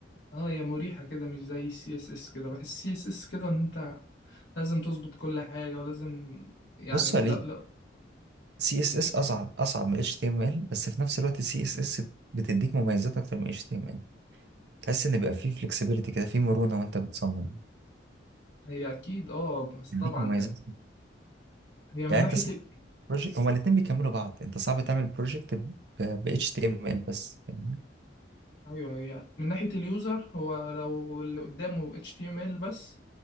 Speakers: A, on the left; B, on the right.
A: اه هي مريحة كده مش زي السي اس اس كده بحس السي اس اس كده ان انت لازم تظبط كل حاجة ولازم يعني
B: بص عليه
A: لا لا
B: سي اس اس اصعب اصعب من اتش تي ام ال بس في نفس الوقت السي اس اس بتديك مميزات اكتر من اتش تي ام ال تحس ان بيبقى فيه فلكسبيليتي كده فيه مرونه وانت بتصمم
A: هي اكيد اه بس
B: بيديك
A: طبعا
B: مميزات
A: هي من
B: يعني
A: ناحية
B: انت صعب
A: ال...
B: بروجكت هما الاتنين بيكملوا بعض انت صعب تعمل بروجكت ب اتش تي ام ال بس فاهمني؟
A: ايوه هي من ناحية اليوزر هو لو اللي قدامه HTML بس